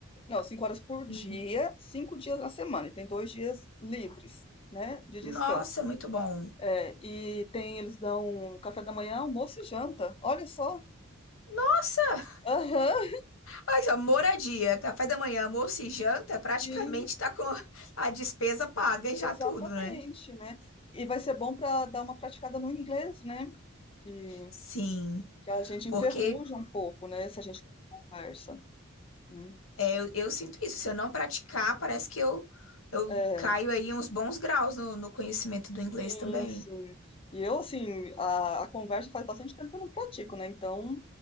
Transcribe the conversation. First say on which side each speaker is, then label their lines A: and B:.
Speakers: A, on the left; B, on the left.
A: não, cinco horas por dia,
B: Uhum.
A: cinco dias na semana, e tem dois dias livres, né, de descanso.
B: Nossa, muito bom.
A: É, e tem, eles dão café da manhã, almoço e janta, olha só.
B: Nossa,
A: Aham,
B: ai, só, moradia, café da manhã, almoço e janta, praticamente
A: sim,
B: tá com a despesa paga e já
A: exatamente,
B: tudo, né?
A: né? E vai ser bom para dar uma praticada no inglês, né? Que,
B: Sim,
A: que a gente
B: porque
A: enferruja um pouco, né, se a gente conversa. né?
B: é, eu, eu sinto isso. Se eu não praticar, parece que eu, eu
A: É.
B: caio aí uns bons graus no, no conhecimento do inglês
A: Sim,
B: também.
A: sim. E eu, assim, a, a conversa faz bastante tempo que eu não pratico, né? Então,